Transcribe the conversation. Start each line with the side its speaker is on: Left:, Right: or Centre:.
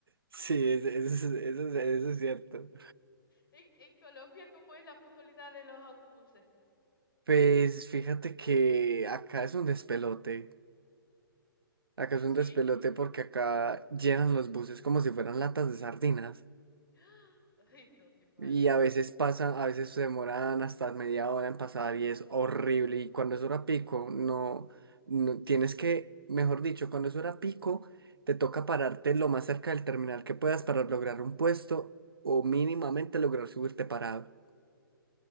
Right: Sí, es- eso es- eso, es eso es cierto.
Left: En, en Colombia, ¿cómo es la puntualidad de los autobuses?
Right: Pues fíjate que acá es un despelote. Acá
Left: Que
Right: es un
Left: sí.
Right: despelote porque acá llenan los buses como si fueran latas de sardinas.
Left: <gasps> Ay, no, qué mal.
Right: Y a veces pasa, a veces se demoran hasta media hora en pasar y es horrible. Y cuando es hora
Left: Uf,
Right: pico, no, no tienes que, mejor dicho, cuando es hora pico, te toca pararte lo más cerca del terminal que puedas para lograr un puesto o mínimamente
Left: ajá.
Right: lograr subirte parado.